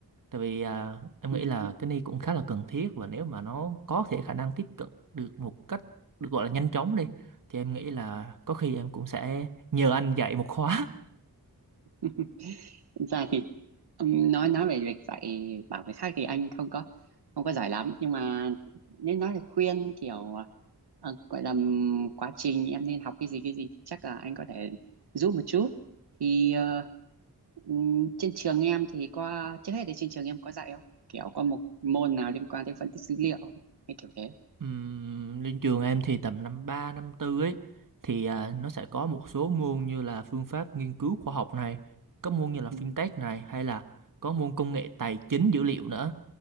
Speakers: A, on the right; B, on the right.
A: tại vì à, em
B: Ừm.
A: nghĩ là cái này cũng khá là cần thiết và nếu mà nó có thể khả năng tiếp cận được một cách được gọi là nhanh chóng đi thì em nghĩ là có khi em cũng sẽ nhờ anh dạy một khóa
B: <laughs> Thực ra thì ừm, nói nói về việc dạy bảo người khác thì anh không có không có giỏi lắm nhưng mà nếu nói là khuyên kiểu Ờ, gọi là ừm, quá trình em nên học cái gì cái gì thì chắc là anh có thể giúp một chút thì ờ, ừm, trên trường em thì có trước hết thì trên trường em có dạy không kiểu có một môn nào liên quan tới phân tích dữ liệu hay kiểu thế
A: Ừm, lên trường em thì tầm năm 3 năm tư ấy thì à, nó sẽ có một số môn như là phương pháp nghiên cứu khoa học này, có môn như là fintech
B: ừ
A: này hay là có môn công nghệ tài chính dữ liệu nữa